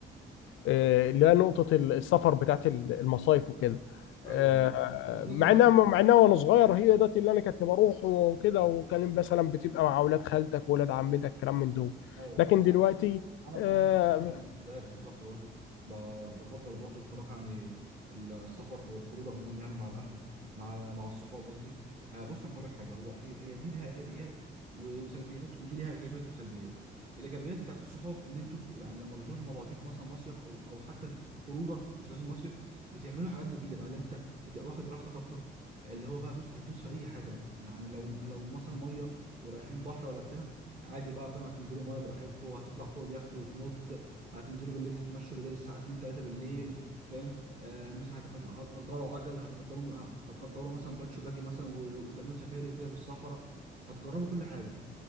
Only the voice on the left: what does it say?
آه، اللي هي نقطة السفر بتاعت المصايف وكده
آه،
مع
انها مع انها وانا صغير هي ده اللي انا كنت بروح وكده وكان مثلا بتبقى مع اولاد خالتك واولاد عمتك كلام من دول
لكن
دلوقتي
اه